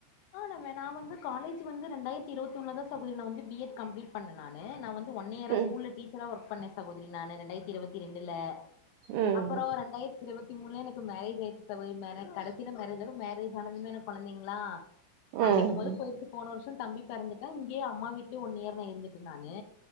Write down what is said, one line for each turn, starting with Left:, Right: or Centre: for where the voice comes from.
Left: ஆ ன வே நா வந்து காலேஜ் வந்து ரெண்டாயிரத்தி இருவத்தி ஒண்ணுலதா ஸ் சகோதரி நா வந்து பி எட் கம்ளிட் பண்ண நானு நா வந்து ஒன் இயரா
Right: ம்
Left: ஸ்கூல்ல டீச்சரா ஒர்க பண்ணே சகோதரி நானு ரெண்டாயிரத்தி இருவத்தி ரெண்டுல
Right: ம்
Left: அப்புறோ ரெண்டாயிரத்தி இருவத் இத்தி முனுல என க்கு மேரேஜ் ஆயிடுச்சி கடைசியில மேரேஜ் மேரேஜ் ஆனதுமே எனக்கு குழந்தைங்களா அப்படிங்கும்
Right: ம்
Left: போது போயிட்டு போன வருஷ தம்பி பெறந்துட்டா இங்கயே அம்மா வீட்லயே ஒன் இயர் நா இருந்துட்டு நானு